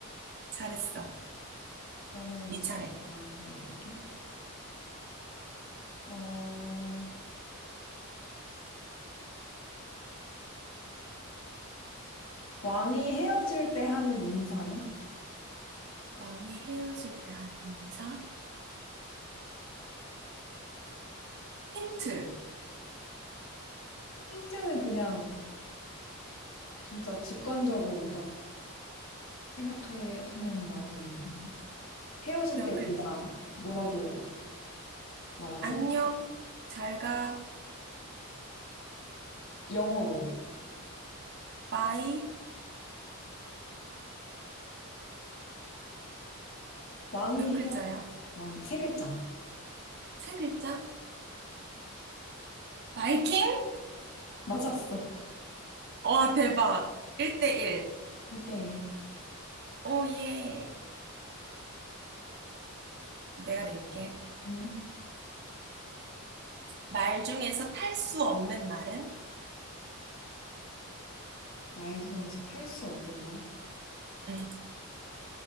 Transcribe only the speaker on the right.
잘했어.
네
차례.
왕이 헤어질 때 하는 인사? 힌트
몇
글자?
안녕, 잘 가,
바이
몇 글자야?
세 글자? 바이킹?
와 대박! 1대1.
오예. 내가 낼게.
말 중에서 탈 수 없는 말은?
응,